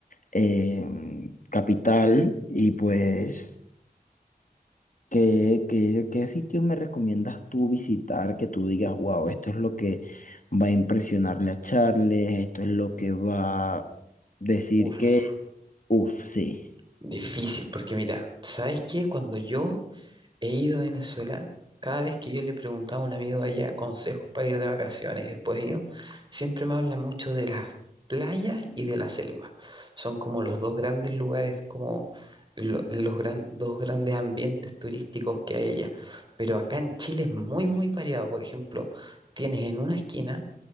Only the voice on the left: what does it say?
eh, capital y pues ¿Qué, qué, qué sitio me recomiendas tú visitar que tú digas, wow, esto es lo que va a impresionarle a Charles, esto es lo que va a decir
que, uff, sí.